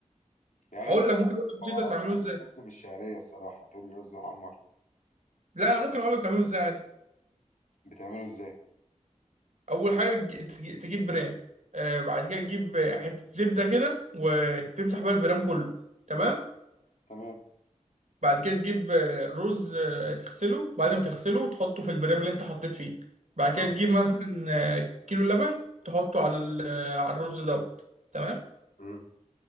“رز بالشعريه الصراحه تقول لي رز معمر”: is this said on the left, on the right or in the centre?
Left